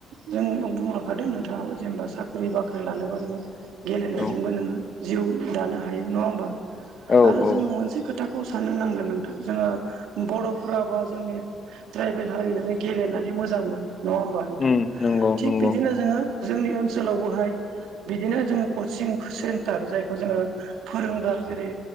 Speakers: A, on the right; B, on the left.
A: जों बुंलांखादों नोंथाङाबो जेनेबा सा ख्रि बाख्रि लानोबा नोङो गेलेनायजोंबो
B: औ
A: नोङो जिउ दानो हायो नङा होमबा।
B: औ
A: आरो
B: औ
A: जों मोनसे खोथाखौ साननो नांगोन नोंथां जोङो बर'फोरा बा जोंनि ट्राइबेल हारि नालाय गेलेनानै मोजां मोनो नङा होमबा नोंथां
B: उम नंगौ
A: थिग
B: नंगौ
A: बिदिनो जोङो जोंनि ओनसोलावबोहाय बिदिनो जोंङो कचिं सेन्टार जायखौ जोङो फोरोंग्रा जेरै